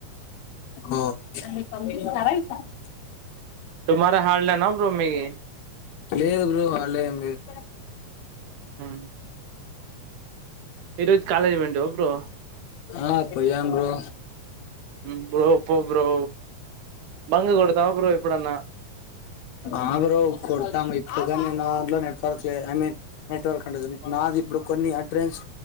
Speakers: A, on the left (about 85°); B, on the right (about 80°).
A: ఆ ఏం పంపిస్తార ఇస్ ద రైట్.
B: టుమారో హాలిడేనా బ్రో మీకి
A: లేదు బ్రో హాలిడే ఏం లేదు
B: హామ్ ఈరోజు కాలేజి పోఇంటివా బ్రో
A: ఆ పొయ్యం బ్రో.
B: ఉమ్ బోప్ర బ్రో. బంక్ కొడతావా బ్రో ఎప్పుడన్నా
A: ఆ బ్రో కొడతాము ఇప్పుడు గాని నా దాంట్లో నెట్వర్క్ లేదు ఐ మీన్. నెట్వర్క్ అంటతుంది నాది ఇప్పుడు కొన్ని అడ్రస్